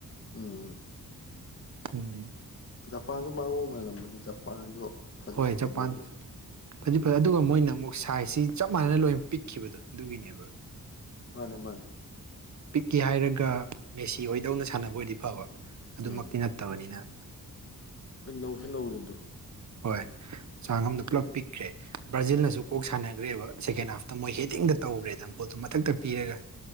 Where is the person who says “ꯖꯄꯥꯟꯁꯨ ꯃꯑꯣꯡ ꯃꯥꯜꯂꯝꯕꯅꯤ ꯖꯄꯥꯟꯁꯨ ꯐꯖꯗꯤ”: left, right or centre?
Left